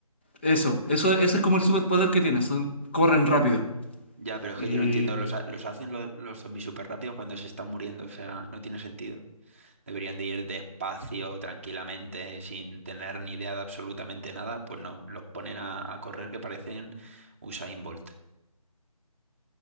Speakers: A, on the left (about 20°); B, on the right (about 20°).
A: Eso, eso, eso es como el superpoder que tienen, son, corren rápido.
B: Ya, pero es
A: Y
B: que yo no entiendo, los, ha- los hacen lo- los zombies súper rápido cuando se están muriendo, o sea, no tiene sentido. Deberían de ir despacio, tranquilamente, sin tener ni idea de absolutamente nada, pues no, los ponen a, a correr que parecen Usain Bolt,